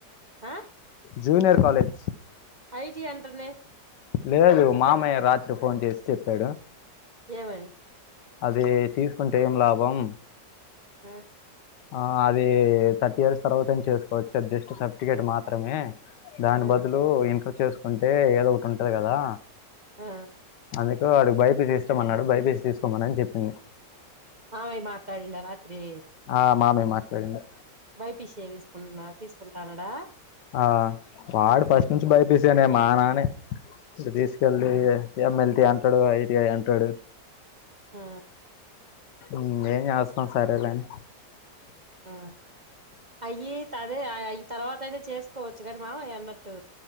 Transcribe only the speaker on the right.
ఆ
ఐజీ అంటనే
ఏమని
మ్
ఆ
ఆ
మావయ్య మాట్లాడిండ రాత్రి
బైపిసి యే చేసేసుకుంటున్న తీసుకుంటా అన్నాడా
ఆ
ఆ అయి అదే అయి తర్వాత అయినా చేసుకోవచ్చు కానీ మామయ్య అన్నట్టు